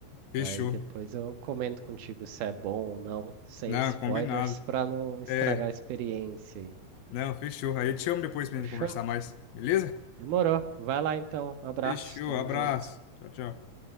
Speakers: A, on the left; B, on the right.
A: Fechou.
B: Daí depois eu comento contigo se é bom ou não, sem
A: Não,
B: spoilers,
A: combinado.
B: pra não estragar
A: É,
B: a experiência aí.
A: não, fechou. Aí eu te chamo depois pra
B: Fechou?
A: gente conversar mais, beleza?
B: Demorou. Vai lá então. Abraço.
A: Fechou,
B: Tamo
A: abraço.
B: junto.
A: Tchau, tchau.